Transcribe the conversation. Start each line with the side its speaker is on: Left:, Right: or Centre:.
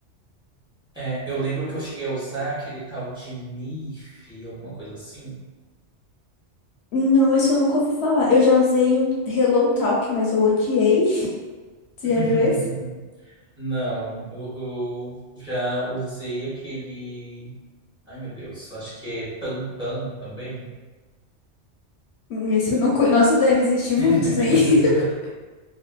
Centre: É, eu lembro que eu cheguei a usar aquele tal de MIF, alguma coisa assim.
Left: Não, esse eu nunca ouvi falar. Eu já usei o Hello Talk, mas eu odiei. <laughs> Você
Centre: <laughs>
Left: já viu esse?
Centre: Não, eu, eu já usei aquele. Ai, meu Deus, acho que é Tantan também.
Left: Hum, Esse eu não conheço. Nossa, deve existir muitos
Centre: <laughs>
Left: aí. <laughs>